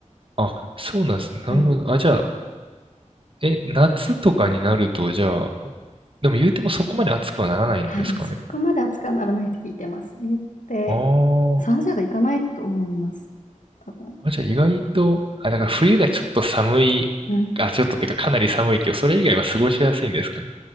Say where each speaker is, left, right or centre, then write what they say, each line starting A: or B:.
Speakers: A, on the right; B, on the left.
A: あ、そうなんですね。なるほど。
B: はい。
A: あ、じゃあ、え、夏とかになると、じゃあ、でも言うてもそこまで暑くはならないんですかね。
B: はい、そこまで暑くはならないって聞いてます。言って、
A: あー
B: 30度いかないと思います。多分。
A: あ、じゃあ意外と、あ、だから冬がちょっと寒い、
B: うん、
A: あ、ちょっとっていうかかなり寒いけど、それ以外は過ごしやすいんですかね。